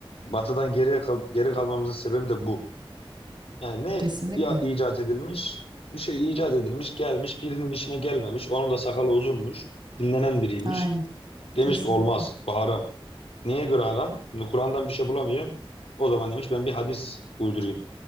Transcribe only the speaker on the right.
kesinlikle.
Aynen.
Kesinlikle.